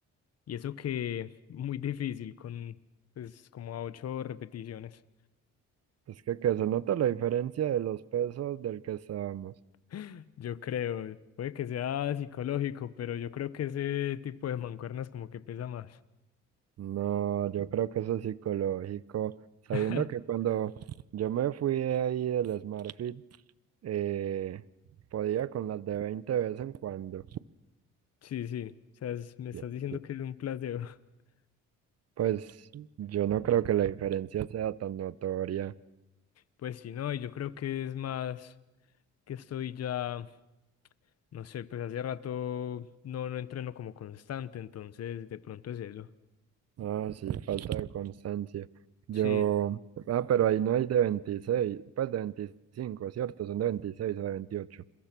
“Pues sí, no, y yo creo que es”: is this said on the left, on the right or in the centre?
Left